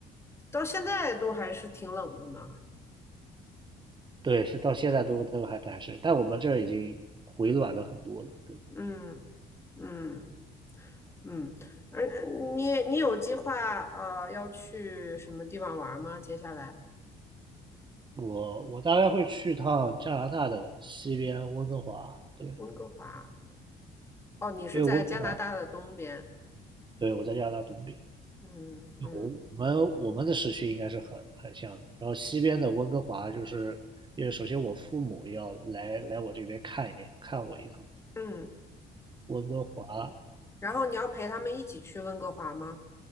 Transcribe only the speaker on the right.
对，现到现在都都还还是，但我们这儿已经回暖了很多了。对，
我我大概会去趟加拿大的西边温哥华，对，
因为温哥华，对，我在加拿大东边，
我们我们的时区应该是很很像的。然后西边的温哥华，就是因为首先我父母要来来我这边看一看我一趟。
温哥华，